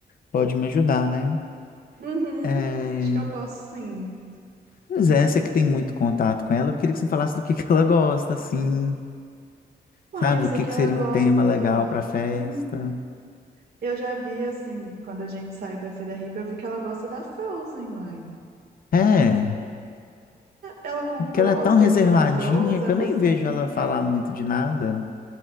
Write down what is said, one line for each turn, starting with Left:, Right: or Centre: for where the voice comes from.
Left: pode me ajudar, né?
Right: Uhum,
Left: É...
Right: acho que eu posso sim.
Left: Pois é, você que tem muito contato com ela, eu queria que você falasse do que que ela gosta, assim,
Right: Uai,
Left: sabe?
Right: eu sei
Left: O que
Right: que
Left: que
Right: ela
Left: seria
Right: gosta.
Left: um tema legal para festa.
Right: Uhum. Eu já vi, assim, quando a gente saiu pra Feira Hippie, eu vi que ela gosta da Frozen, uai.
Left: É,
Right: Ela comprou
Left: é porque ela é tão
Right: as coisinhas
Left: reservadinha
Right: da Frozen,
Left: que
Right: a
Left: eu
Right: musiquinha.
Left: nem vejo ela falar muito de nada.